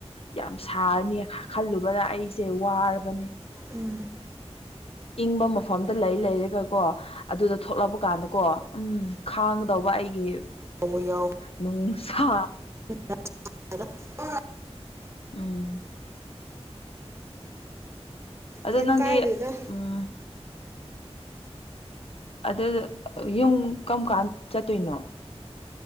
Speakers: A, on the left; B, on the right.
A: ꯌꯥꯝ ꯁꯥꯔꯅꯤ ꯈꯜꯂꯨꯕꯗ ꯑꯩꯁꯦ ꯋꯥꯔꯕꯅꯦ
B: ꯎꯝ
A: ꯏꯪꯕ ꯃꯐꯝꯗ ꯂꯩ ꯂꯩꯔꯒ ꯀꯣ ꯑꯗꯨꯗ ꯊꯣꯛꯂꯛꯄ ꯀꯥꯟꯗꯀꯣ ꯎꯝ ꯈꯥꯡꯒꯗꯧꯕ ꯑꯩꯒꯤ
B: ꯀ ꯌꯥꯎ
A: ꯅꯨꯡꯁꯥ
B: <unintelligible>
A: ꯎꯝ ꯑꯗꯣ
B: ꯀꯩꯝ
A: ꯅꯪꯗꯤ
B: ꯀꯥꯏꯗꯦꯗ
A: ꯎꯝ ꯑꯗꯨ ꯌꯨꯝ ꯀꯔꯝ ꯀꯥꯟ ꯆꯠꯇꯣꯏꯅꯣ